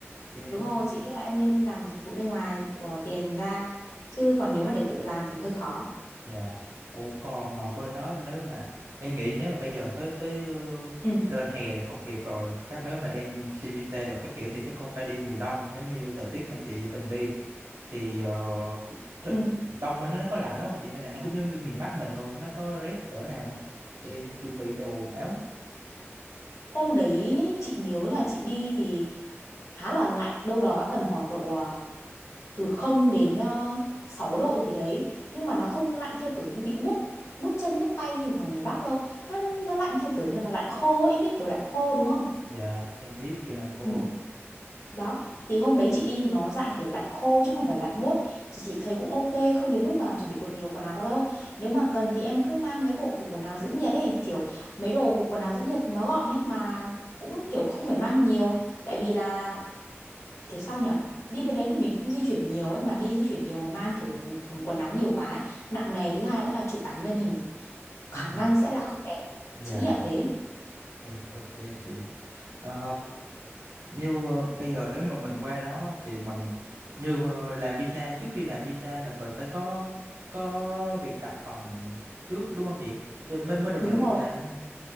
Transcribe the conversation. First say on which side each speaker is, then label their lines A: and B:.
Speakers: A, on the right (about 70°); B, on the left (about 85°).
A: Em hiểu.
B: Đúng rồi, chị nghĩ là em nên làm dịch vụ bên ngoài bỏ tiền ra chứ còn nếu mà để tự làm thì hơi khó.
A: Dạ. Ủa còn ở bên đó nếu mà em nghĩ nếu mà bây giờ tới tới ờ,
B: Ừ.
A: lên hè thì không kịp rồi. Chắc nếu mà em xin visa được các kiểu thì chắc cũng phải đi mùa đông giống như thời tiết mà chị từng đi thì ờ, th-
B: Ừ.
A: đông bên đó nó có lạnh lắm không chị hay là nó cũng giống như miền Bắc mình thôi, nó có rét cỡ nào không? Để em chuẩn bị đồ quần áo.
B: Hôm đấy chị nhớ là chị đi thì khá là lạnh, đâu đó tầm khoảng độ à, từ không đến ờ, 6 độ gì đấy, nhưng mà nó không lạnh theo kiểu như bị buốt buốt chân buốt tay như ở ngoài miền Bắc đâu. Nó nó lạnh theo kiểu như là lạnh khô, ấy. em biết kiểu lạnh khô đúng không?
A: Dạ, em biết kiểu làng khô.
B: Ừ. Đó, thì hôm đấy chị đi thì nó dạng kiểu lạnh khô chứ không phải lạnh buốt. Thì chị thấy cũng ok, không đến mức mà chuẩn bị quần nhiều quần áo quá đâu. Nếu mà cần thì em cứ mang mấy bộ kiểu quần áo giữ nhiệt ấy, kiểu mấy đồ quần áo giữ nhiệt nó gọn ấy mà cũng kiểu không phải mang nhiều. Tại vì là kiểu sao nhở Đi bên đấy thì mình cũng di chuyển nhiều ấy, mà đi di chuyển nhiều mà mang kiểu, kiểu quần áo nhiều quá ấy. Nặng nề, thứ hai nữa là chụp ảnh lên hình khả
A: Ừ.
B: năng sẽ là không đẹp.
A: Dạ,
B: Chị nghĩ là thế.
A: thì ok chị. Ờ, như ờ, bây giờ đến mà mình qua đó thì mình như ờ, làm visa trước khi làm visa là mình phải có có việc đặt phòng trước đúng không chị Chứ mới mới được
B: Đúng
A: làm visa
B: rồi.
A: đúng